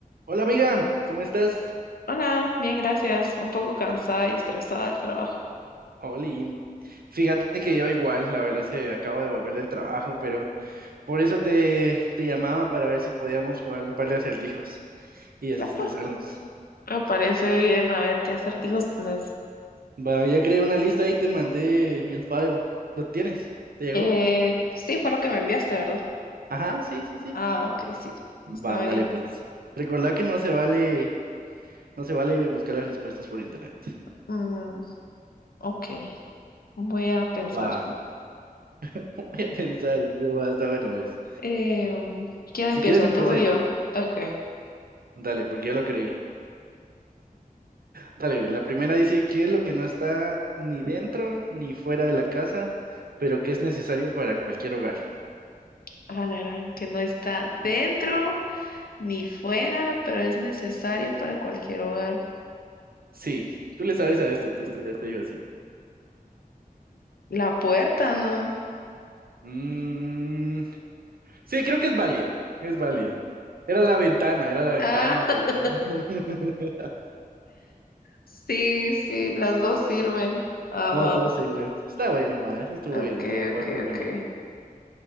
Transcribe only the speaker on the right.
Hola amiga, ¿cómo estás?
Oli, fíjate que yo igual, la verdad es que acabo de volver del trabajo, pero por eso te, te llamaba para ver si podíamos jugar un par de acertijos y desestresarnos.
Va, ya creé una lista y te mandé el file. ¿Lo tienes? ¿Te llegó?
Ajá, sí, sí, sí.
Va,
dale pues. Recordá que no se vale, no se vale buscar las respuestas por internet.
Va, <laughs> voy a pensar, va, está bueno, pues.
Si quieres empiezo
yo.
Dale, porque yo lo creí. Dale, la primera dice, ¿qué es lo que no está ni dentro ni fuera de la casa, pero que es necesario para cualquier hogar?
Sí, tú le sabes a esto, tú estudiaste algo así.
Mm, sí, creo que es válida, es válida. Era la ventana, era la ventana,
pero... <laughs>
No,
dos 0 Está bueno, va, eso estuvo
bien, te la voy
a dar como buena.